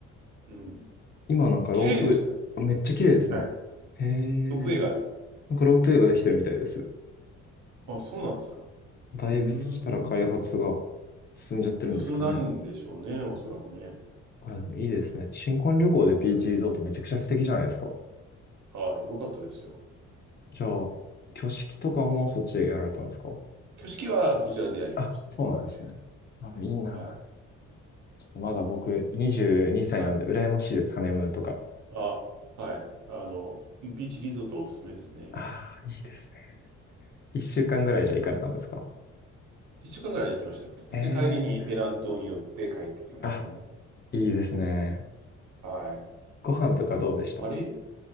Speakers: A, on the right (about 75°); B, on the left (about 35°).
A: うん。
B: 今なんかロープ、
A: 綺麗でしたよ。
B: めっちゃ綺麗ですね。
A: はい。
B: へえ、
A: ロープウェイがある。
B: なんかロープウェイができてるみたいです。
A: あ、そうなんですか。
B: だいぶそしたら開発が
A: うーん。
B: 進んじゃってるんですかね。
A: 進んだんでしょうね、おそらくね。
B: あ、でもいいですね。新婚旅行でビーチリゾートめちゃくちゃ素敵じゃないですか。
A: はい。はい。よかったですよ。
B: じゃあ、挙式とかもそっちでやられたんですか
A: 挙式はこちらでやりました。
B: あ、そうなんですね。
A: 福岡で。
B: まあ、いいな。
A: はい。
B: ちょっとまだ僕22歳なんで羨ましいです、
A: そう。はい。
B: ハネムーンとか。
A: あ、はい。あの、ビーチリゾートおすすめですね。
B: ああ、いいですね。1週間ぐらいじゃ行かれたんですか
A: 一週間ぐらい行きましたね。
B: ええー。
A: で、帰りにペナン島に寄って帰ってきましたね。
B: あ、いいですね。
A: はい。
B: ご飯とかどうでした
A: マレー、